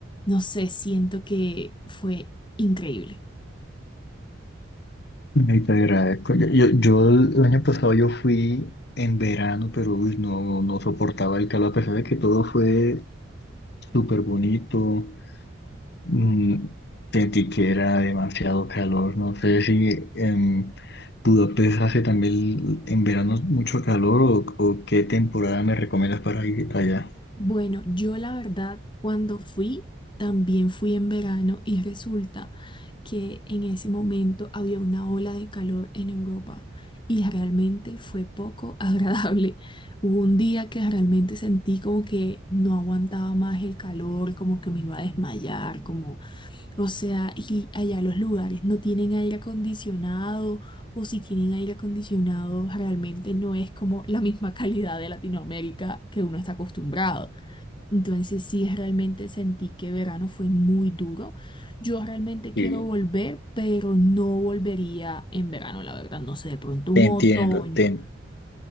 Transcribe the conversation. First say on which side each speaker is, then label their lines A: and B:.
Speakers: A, on the left; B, on the left.
A: no sé, siento que fue increíble.
B: Ay, te agradezco. Yo, yo, yo el año pasado yo fui en verano, pero uy, no, no soportaba el calor, a pesar de que todo fue súper bonito. mm, sentí que era demasiado calor. No sé si en Budapest hace también en verano mucho calor o, o qué temporada me recomiendas para ir allá.
A: Bueno, yo la verdad, cuando fui, también fui en verano y resulta que en ese momento había una ola de calor en Europa y realmente fue poco <laughs> agradable. Hubo un día que realmente sentí como que no aguantaba más el calor, como que me iba a desmayar, como, o sea, y allá los lugares no tienen aire acondicionado o si tienen aire acondicionado realmente no es como la misma <laughs> calidad de Latinoamérica que uno está acostumbrado. Entonces sí, realmente sentí que verano fue muy duro. Yo realmente quiero
B: Sí,
A: volver, pero no volvería en verano, la verdad. No sé, de pronto un
B: te entiendo,
A: otoño.
B: te